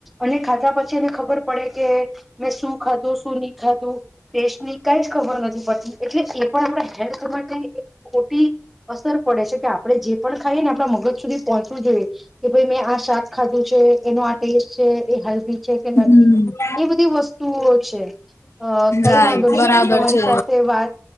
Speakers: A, in the centre; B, on the left.
A: અને ખાતા પછી એને ખબર પડે કે મેં શું ખાધું શું નહી ખાતું ટેસ્ટ ની કઈ જ ખબર નથી પડતી એટલે એ પણ આપણા હેલ્થ માટે એક ખોટી અસર પડે છે કે આપડણે જે પણ ખાઈએ ને આપણા મગજ સુધી પહોંચવું જોઈએ કે ભાઈ મેં આ શાક ખાધું છે એનો આ ટેસ્ટ છે એ હેલ્દિ જે કે
B: હમ
A: નથી એ બધી વસ્તુઓ છે કઈ
B: રાઈટ
A: વાંધો નહી
B: બરાબર
A: તમારી
B: છે
A: સાથે વાત